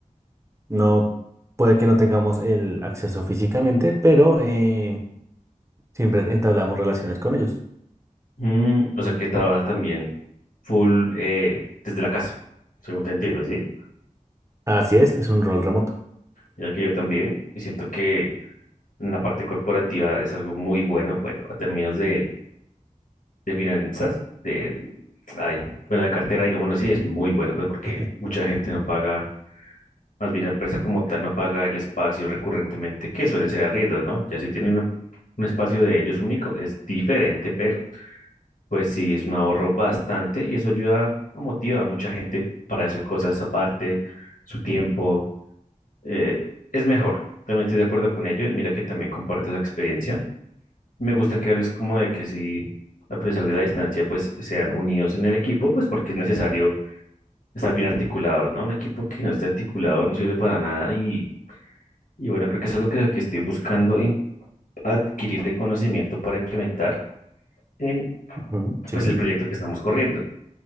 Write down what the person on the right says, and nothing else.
no puede que no tengamos el acceso físicamente, pero eh, siempre entablamos relaciones con ellos.
Así es, es un rol remoto.
<laughs>
Ujú, Sí,